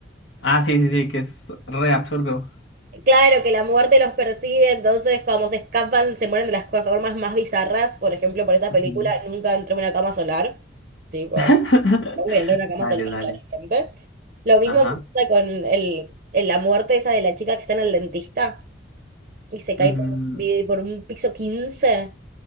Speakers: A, on the left; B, on the right.
A: Ah, sí, sí, sí, que es re absurdo.
B: Claro que la muerte los persigue, entonces como se escapan, se mueren de las formas más bizarras, por ejemplo, por esa película,
A: Ujú.
B: nunca entré a una cama solar, tipo...
A: <laughs>
B: durmiendo en una cama
A: Dale,
B: sola,
A: dale.
B: claramente. Lo mismo
A: Ajá.
B: me pasa con el, el- la muerte esa de la chica que está en el dentista y se cae
A: Mm,
B: por, un vi- por un piso quince